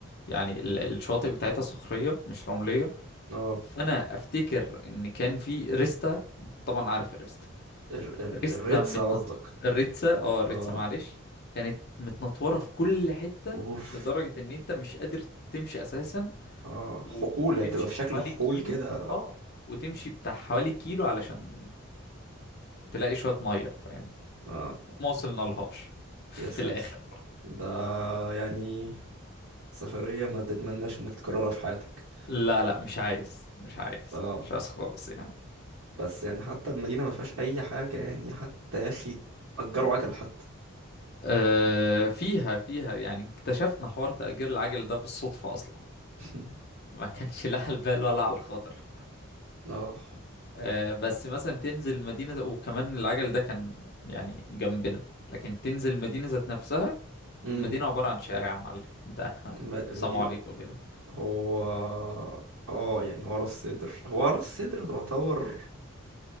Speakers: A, on the left; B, on the right.
A: يعني ال- الشواطئ بتاعتها صخرية مش رملية
B: اه
A: فأنا أفتكر إن كان في ريستا طبعا عارف الريستا
B: ال ال
A: ريستا
B: الريتسة
A: متنط
B: قصدك
A: الريتسا اه الريتسا
B: اه
A: معلش كانت متنطورة في كل حتة
B: اوف
A: لدرجة إن أنت مش قادر تمشي أساسا
B: اه
A: و...
B: حقول
A: وتمشي
B: هي بتبقى في
A: بتاع
B: شكل
A: حوالي
B: حقول
A: كيلو
B: كده
A: اه وتمشي بتاع حوالي كيلو علشان تلاقي شوية مية فاهم
B: اه
A: وما وصلنا لهاش في
B: يا ساتر
A: الآخر
B: ده يعني سفرية ما تتمناش انك تكررها في حياتك
A: لا لا مش عايز مش عايز
B: اه
A: مش عايز خالص يعني
B: بس يعني حتى المدينة ما فيهاش اي حاجة يعني حتى يا اخي اجروا عجل حتى
A: أه فيها فيها يعني اكتشفنا حوار تأجير العجل ده بالصدفة أصلا
B: <laughs>
A: ما كانش لا على البال ولا على الخاطر
B: اه
A: أه بس مثلا تنزل مدينة ذا- وكمان العجل ده كان يعني جنبنا لكن تنزل مدينة ذات نفسها
B: امم
A: المدينة عبارة عن شارع يا معلم ده <laughs>
B: الم- المدينة
A: سلام عليكم كده
B: هو اه يعني هو راس سدر هو راس سدر تعتبر